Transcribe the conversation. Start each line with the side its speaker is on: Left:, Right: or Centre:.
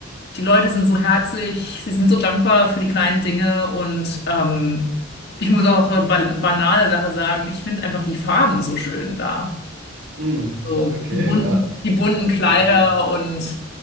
Left: die Leute sind so herzlich, sie sind so dankbar für die kleinen Dinge und ähm, ich muss auch eine banale Sache sagen, ich finde einfach die Farben so schön da.
Right: Hm,
Left: So
Right: okay,
Left: die bunten,
Right: ja.
Left: die bunten Kleider
Right: Das, äh,
Left: und